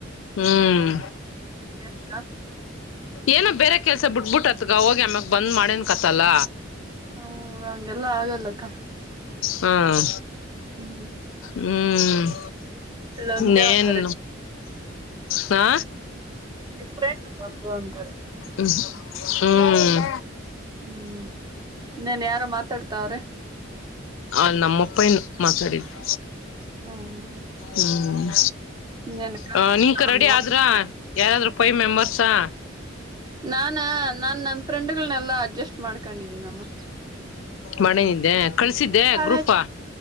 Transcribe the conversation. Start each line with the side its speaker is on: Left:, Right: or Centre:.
Left: ಹ್ಮ್
Right: ಇನ್ನೇನಕ್ಕ
Left: ಏನೋ ಬೇರೆ ಕೆಲ್ಸ ಬಿಟ್ಬಿಟ್ಟತ್ಗ ಹೋಗಿ ಆಮ್ಯಾಗ ಬಂದ್ ಮಾಡೇನ್ ಕತ್ತಲ್ಲ
Right: ಹ್ಮ್ ಹಂಗೆಲ್ಲ ಆಗಲ್ಲಕ್ಕ
Left: ಹ್ಮ್
Right: ಹ್ಮ್
Left: ಹ್ಮ್
Right: ಅಲ್ಲೊಂದೇ
Left: ನೇನ್
Right: ಒಂಥರ
Left: ಹಾ
Right: ಡಿಫ್ರೆಂಟ್ ಒಂದು ಅಂತಾರೆ
Left: <unintelligible> ಹ್ಮ್
Right: ಹ್ಮ್ ಇನ್ನೇನ್ ಯಾರೋ ಮಾತಾಡ್ತಾವ್ರೆ
Left: ಆ ನಮ್ಮಪ್ಪಯ್ಯ್ನು ಮಾತಾಡಿದ್ದು
Right: ಹ್ಮ್
Left: ಹ್ಮ್
Right: ಇನ್ನೇನಕ್ಕ
Left: ಹಾ ನಿಮ್ಕ ರೆಡಿ ಆದ್ರೂ ಯಾರಾದ್ರೂ ಫೈ ಮೆಂಬರ್ಸ್ಸಾ
Right: ನಾನ ನಾ ನನ್ ಫ್ರೆಂಡ್ಗಳನೆಲ್ಲಾ ಅಡ್ಜಸ್ಟ್ ಮಾಡ್ಕೊಂಡಿದೀನಮ್ಮ
Left: ಮನೆೆ ನಿದ್ದ್ಯಾ ಕಳ್ಸಿದ್ದೆ
Right: ಕಾಲೇಜ್
Left: ಗ್ರೂಪಾ